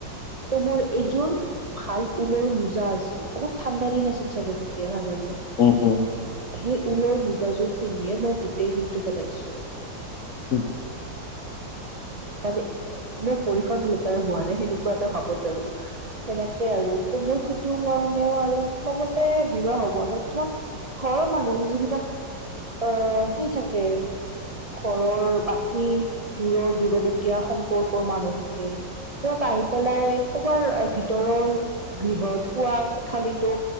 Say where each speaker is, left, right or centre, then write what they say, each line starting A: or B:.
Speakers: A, on the right; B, on the left.
A: তো মোৰ এইযোৰ ভাল ঊলৰ মোজা আছিল অলপ ঠাণ্ডাৰ দিন আছিল চাগে তেতিয়া নাজানো
B: উম উম
A: সেই ঊলৰ মোজাযোৰ পিন্ধিয়ে মই গোটেই দিনটো কটাইছো
B: <unintelligible>
A: পানী মোৰ ভৰিখন লেতেৰা হোৱা নাই সেনেকুৱা এটা সময়ত আৰু সেনেকে আৰু ত মোৰ সেইটো কাৰণেও আৰু খঙতে বিবাহ ভৱনত তোমাৰ ঘৰৰ মানুহ যিবিলাক আহ সেই থাকে ঘৰৰ বাকী দূৰৰ দূৰৱতীয়া সম্পৰ্কৰ মানুহ থাকে সিহঁত আহি পেলাই কৰবাৰ ভিতৰৰ- আমি ধৰ শোৱা কোঠালিতো